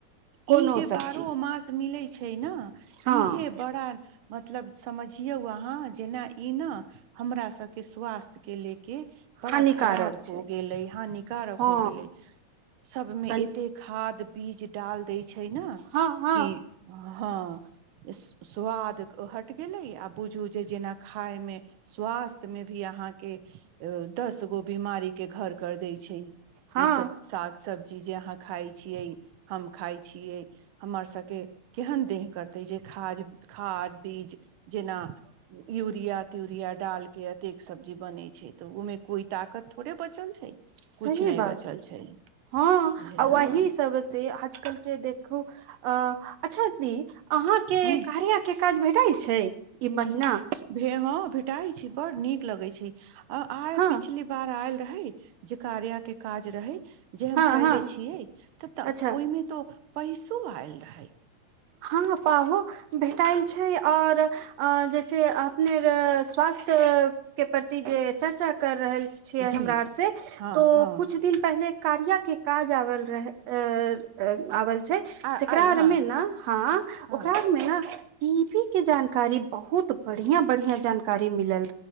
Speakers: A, on the right; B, on the right.
A: कोनो
B: ई जे
A: सब्जी
B: बारहो मास मिलै छै ने
A: हँ
B: इहे पड़ल मतलब समझयो अहाँ जे ना ई ना हमरा स के स्वास्थ के ले के बड़ा
A: हानिकारक
B: खराब
A: छै
B: हो गेलै हानिकारक
A: हँ
B: हो गेलै सबमे
A: तन
B: एते खाद बीज डाल दै छै ने
A: हँ हँ
B: कि हँ स्वाद हट गेलै आ बुझू जे जेना खायमे स्वास्थ्य मे भी अहाँके दस गो बीमारी के घर कर दै छै
A: हँ
B: ई सब साग सब्जी जे अहाँ खाय छियै हम खाय छियै हमर सबके केहन देह करतै जे खाद खाद बीज जेना यू यूरिया त्यूरिया डाल के अतेक सब्जी बने छै ते उ मे कोई ताकत थोड़े बचल छै
A: सही
B: कुछ नहि
A: बात
B: बचल छै
A: हँ
B: हँ
A: आ वही से आजकल के देखू अ अच्छा दीदी अहाँके
B: ह
A: कार्य काज भेटल छै ई महना
B: भे हँ भेटाई छै बड़ नीक लगे छै आ आइ
A: हँ
B: पिछले बार आयल रहै जे कार्या के काज रहै जे हम
A: हँ
B: कायले
A: हँ
B: छियै तऽ त
A: अच्छा
B: ओहिमे त पैसो आयल रहे
A: हँ पाहो भेटायल छै ओर अ जैसे अपने स्वास्थ्य के प्रति जे चर्चा कर रहल छ
B: जी
A: हमरा आर से
B: हँ
A: तो
B: हँ
A: कुछ दिन पहिले कार्य के काज आबल रह आवल छै
B: आ
A: शकरा
B: आइ
A: और
B: हँ
A: मे ने हँ
B: हँ
A: ओकरामे ने टी वी के जानकारी बहुत बढ़िया बढ़िया जानकारी मिलल